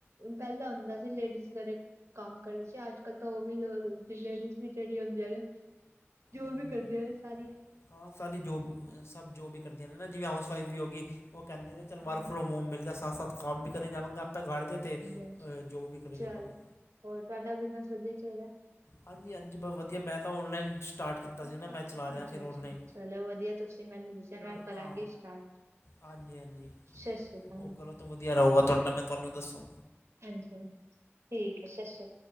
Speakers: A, on the right; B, on the left.
A: ਪੈਲਾਂ ਹੁੰਦਾ ਸੀ ਲੇਡੀਜ਼ ਘਰੇ ਕੰਮ ਕਰਦੇ ਸੀ ਅੱਜ ਕੱਲ ਤਾਂ ਉਹ ਵੀ ਲੇਡੀਜ਼ ਵੀ ਜਿਹੜੀ ਹੁੰਦੀਆਂ ਨੇ ਜੋਬ
B: ਹਮ,
A: ਵੀ ਕਰਦੀਆਂ ਨੇ ਸਾਰੀ
B: ਹਾਂ ਸਾਰੀ ਜੋਬ ਸਭ ਜੋਬ ਵੀ ਕਰਦੀਆਂ ਨੇ ਨਾ ਜਿਵੇਂ ਹਾਊਸ ਵਾਈਫ ਵੀ ਹੋ ਗੀ ਉਹ ਕਹਿੰਦੇ ਨੇ
A: ਹਾਂਜੀ
B: ਚਲ ਵਰਕ ਫਰੋਮ ਹੋਮ ਮਿਲ ਗਿਆ ਸਾਥ- ਸਾਥ ਕੰਮ ਵੀ ਕਰੀ ਜਾਵਾਂਗੇ ਆਪੇ ਘਰ ਦੇ ਤੇ
A: ਹਾਂਜੀ
B: ਜੋਬ ਵੀ ਕਰੀ
A: ਚਲੋ
B: ਜਾਵਾਂਗੇ।
A: ਹੋਰ ਤੁਹਾਡਾ ਬਿਜਨਸ ਵਧੀਆ ਚੱਲ ਰਿਹਾ।
B: ਹਾਂਜੀ, ਹਾਂਜੀ ਬਵਧੀਆ ਮੈਂ ਤਾਂ ਔਨਲਾਈਨ ਸਟਾਰਟ ਕੀਤਾ ਸੀ
A: ਅੱਛਾ,
B: ਨਾ ਮੈਂ ਚਲਾ ਰਿਹਾ ਫਿਰ
A: ਅੱਛਾ
B: ਔਨਲਾਈਨ
A: ਚਲੋ ਵਧੀਆ ਤੁਸੀਂ ਮੈਨੂੰ ਦੱਸਿਆ ਮੈਂ ਕਰਾਂਗੀ
B: ਆ
A: ਸਟਾਰਟ
B: ਹਾਂਜੀ ਹਾਂਜੀ
A: ਸਸ਼ ਸ੍ਰੀ ਕਾਲ,
B: ਉਹ ਕਰੋ ਤਾਂ ਵਧੀਆ ਰਹੂਗਾ ਤੁਹਾਡਾ ਮੈਂ ਤੁਹਾਨੂੰ ਦੱਸਾਂ
A: ਹਾਂਜੀ ਹਾਂ। ਠੀਕ ਏ, ਸ਼ਸ਼ੀ